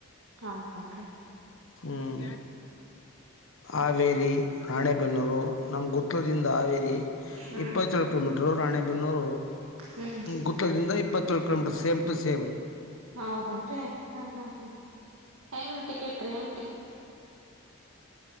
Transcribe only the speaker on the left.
ಹ್ಮ್ ಹಾವೇರಿ ರಾಣೆಬೆನ್ನೂರು ನಮ್ಗ ದಿಂದ ಆರಿ
ಇಪ್ಪತ್ತು ಕಿಲೋಮೀಟರ್ ರಾಣೆಬೆನ್ನೂರು
ಗುತ್ತದಿಂದ ಇಪ್ಪತ್ತೇಳ ಕೋಮೀಟರ್ ಸೇಮ ಟು ಸೇಮ